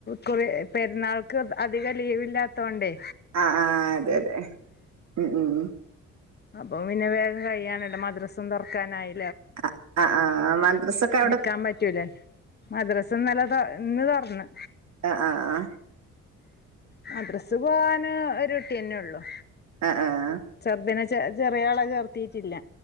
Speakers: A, on the left (about 35°); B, on the right (about 60°).
A: കുറ പെരുന്നാൾക്ക് അധികം ലീവില്ലാത്ത തോണ്ടേ
B: ആഹ് ആഹ് അതെ അതെ ഉം ഉം
A: അപ്പൊ പിന്നെ വേഗം കഴിയണല്ലോ മദ്രസം തൊറക്കാനായി.
B: ആഹ് ആഹ് ആഹ് മദ്രസോക്കെ
A: നിക്കാൻ പറ്റൂലേ മദ്രസ ഇന്നലെ ഇന്ന് തോറന്ന്.
B: ആഹ് ആഹ് ആഹ്
A: മദ്രസ്സ് പോകാന് ഒരു കുട്ടിന്നെ ഉള്ളു
B: ആഹ് ആഹ്
A: ചെർദിനെ ചെറിയ ആള ചേർത്തിട്ടില്ല.